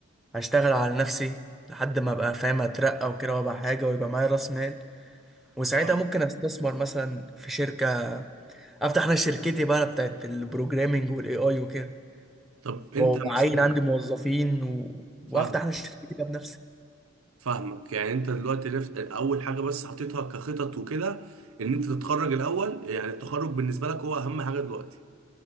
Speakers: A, in the centre; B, on the right.
A: هشتغل على نفسي لحد ما ابقى فاهم اترقى وكده وابقى حاجه ويبقى معايا راس مال وساعتها
B: صح
A: ممكن استثمر مثلا في شركه افتح انا شركتي بقى بتاعت البروجرامينج والاي اي وكده
B: طب أنت
A: وعين
B: مثلا
A: عندي موظفين و...
B: فاهم
A: وافتح انا شركتي بقى بنفسي
B: فاهمك يعني انت دلوقتي رفت اول حاجه بس حطيتها كخطط وكده ان انت تتخرج الاول يعني التخرج بالنسبه لك هو اهم حاجه دلوقتي